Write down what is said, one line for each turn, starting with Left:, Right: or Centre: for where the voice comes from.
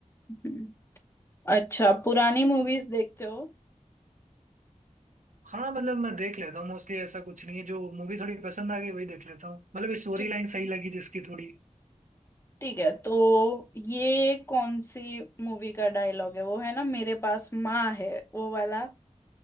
Left: हम्म, अच्छा पुरानी मूवीज देखते हो
Right: हाँ मतलब मैं देख लेता हूँ मोस्टली ऐसा कुछ नहीं है जो मूवी थोड़ी पसंद आ गई वही देख लेता हूँ मतलब स्टोरी
Left: ठीक
Right: लाइन सही लगी जिसकी थोड़ी
Left: ठीक है तो ये कौन सी मूवी का डायलॉग है वो है ना मेरे पास माँ है वो वाला